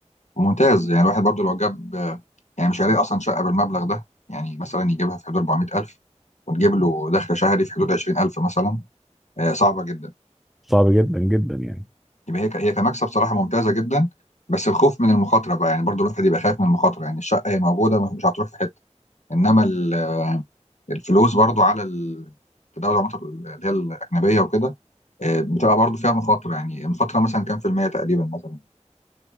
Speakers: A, on the left; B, in the centre.
A: ممتاز يعني الواحد برضو لو جاب آه، يعني مش هيلاقي اصلا شقه بالمبلغ ده يعني مثلا يجيبها في حدود 400000 وتجيب له دخل شهري في حدود 20000 مثلا آه، صعبه جدا
B: صعب جدا جدا يعني
A: يبقى هي ك- هي كمكسب صراحه ممتازه جدا بس الخوف من المخاطره بقى يعني برضو الواحد يبقى خايف من المخاطره يعني الشقه هي موجوده مش هتروح في حته انما ال- الفلوس برضو على ال- التداول العملات اللي هي الاجنبيه وكده آه، بتبقى برضو فيها مخاطره يعني المخاطره مثلا كام في المية تقريبا مثلا